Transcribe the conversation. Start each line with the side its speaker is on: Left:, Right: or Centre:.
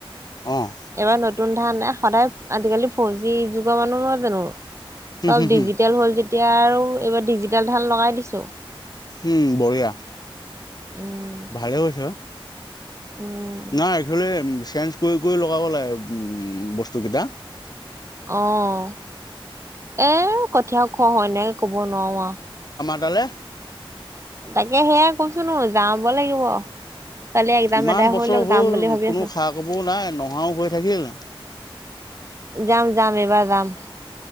Left: অ',
Right: এব ন নতুন ধান এ সদায় আজিকালি ফৌজি যুগৰ মানুহ নহয় জানো চব
Left: হম, হম, হম,
Right: ডিজিটেল হ'ল যেতিয়া এতিয়া আৰু এইবাৰ ডিজিটেল ধান লগাই দিছোঁ
Left: উম বঢ়িয়া
Right: উম
Left: ভালে কৰিছ
Right: উম
Left: ন এইফালে চেঞ্জ কৰি কৰি লগাব লাগে উম বস্তু কেইটা
Right: আহ এ কঠীয়া ওখ হয় এনেকে ক'ব নোৱাৰো
Left: এফালে
Right: তাকে সেয়াই কৈছো নো যাব লাগিব কালি একজাম
Left: ইমান
Right: এদাই
Left: বছৰ
Right: হৈ লওক
Left: হ'ল
Right: যাম বুলি ভাবি
Left: কোনো
Right: আছো।
Left: খা খবৰ নাই নহাও হৈ থাকিল
Right: যাম যাম এইবাৰ যাম